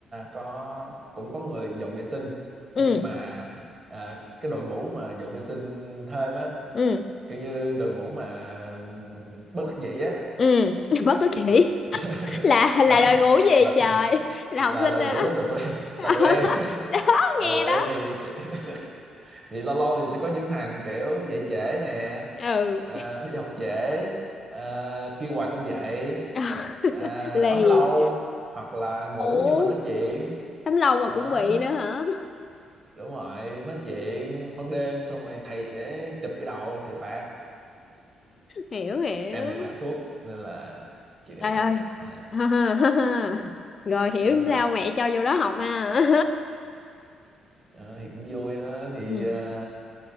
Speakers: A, on the right (about 35°); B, on the left (about 40°).
A: có cũng có người dọn vệ sinh
B: ừ
A: nhưng mà à, cái đội ngũ mà dọn vệ sinh thêm á
B: ừ
A: kiểu như đội ngũ mà ừm, bất đắc dĩ á
B: ừ <laughs> bất đắc kỹ
A: <laughs>
B: là
A: là
B: là đòi ngủ gì
A: là
B: trời là
A: là
B: học
A: là
B: sinh
A: đội
B: hả
A: ngũ đến từ tụi em <laughs>
B: <laughs>
A: là tụi em <laughs>
B: đó
A: là
B: nghe
A: tụi
B: đó
A: em thì sẽ, <laughs> thì lâu lâu thì sẽ có những thằng kiểu dậy trễ nè
B: ừ
A: à, đi học trễ à, kêu hoài không dậy
B: <laughs>
A: à,
B: lì
A: tắm lâu hoặc là ngủ
B: ủa
A: nhưng mà nói chuyện
B: tấm lòng mà
A: Đó,
B: cũng bị nữa hả
A: đúng rồi nói chuyện ban đêm xong rồi thầy sẽ chụp cái đầu thầy phạt
B: hiểu hiểu
A: em bị phạt suốt nên là chuyện này
B: trời
A: bình thường
B: ơi
A: <laughs>
B: <laughs> rồi hiểu
A: Đó,
B: sao mẹ cho vô đó học ha <laughs>
A: đó, thì cũng vui đó thì
B: ừ
A: à,